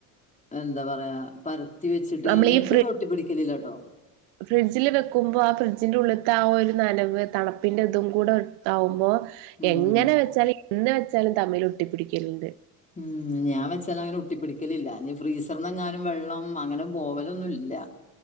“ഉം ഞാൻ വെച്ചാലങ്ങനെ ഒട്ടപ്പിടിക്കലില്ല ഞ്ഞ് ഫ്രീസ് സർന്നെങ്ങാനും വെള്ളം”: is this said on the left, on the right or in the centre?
Left